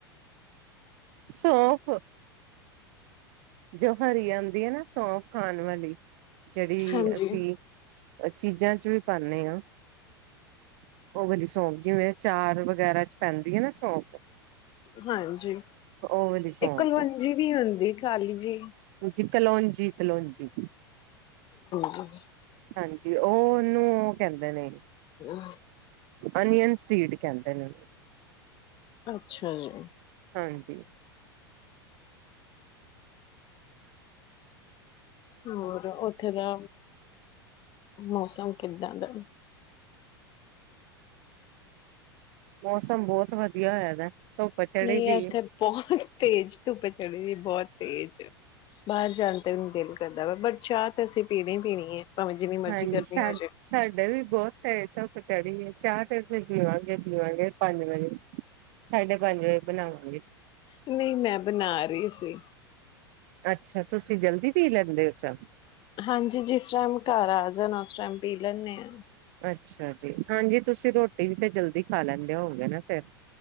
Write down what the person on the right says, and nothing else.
ਸੌਂਫ ਜੋ ਹਰੀ ਆਂਦੀ ਹੈ ਨਾ ਸੌਂਫ ਖਾਣ ਵਾਲੀ ਜਿਹੜੀ
ਅਸੀਂ ਚੀਜ਼ਾਂ ਚ ਵੀ ਪਾਨੇ ਹਾਂ, ਔ ਵਾਲੀ ਸੌਫ ਜਿਵੇਂ ਅਚਾਰ ਵਗੈਰਾ ਚ ਪੈਂਦੀ ਹੈ ਨਾ ਸੌਫ
ਔ ਵਾਲੀ ਸੌਂਫ
ਜੀ ਕਲੋਂਜੀ ਕਲੋਂਜੀ
ਹਾਂਜੀ ਔ ਉਹਨੂੰ ਔ ਕਹਿੰਦੇ ਨੇ
ਅਨੀਅਨ ਸੀਡ ਕਹਿੰਦੇ ਨੇ
ਹਾਂਜੀ
ਮੌਸਮ ਬਹੁਤ ਵਧੀਆ ਹੈ ਵੈ ਧੁੱਪ ਚੜੀ
ਦੀ
ਹਾਂਜੀ
ਸਾ
ਸਾਡੇ ਵੀ ਬਹੁਤ ਤੇਜ਼ ਧੁੱਪ ਚੜ੍ਹੀ ਏ ਚਾਹ ਵੇ ਫੇ ਪੀਵਾਂਗੇ ਪੀਵਾਂਗੇ ਪੰਜ ਵਜੇ ਸਾਢੇ ਪੰਜ ਵਜੇ ਬਣਾਵਾਂ
ਅੱਛਾ ਤੁਸੀਂ ਜਲਦੀ ਪੀ ਲੈਂਦੇ ਹੋ ਚਾਹ
ਅੱਛਾ ਜੀ ਹਾਂਜੀ ਤੁਸੀਂ ਰੋਟੀ ਵੀ ਤੇ ਜਲਦੀ ਖਾ ਲੈਂਦੇ ਹੋਗੇ ਨਾ ਫੇਰ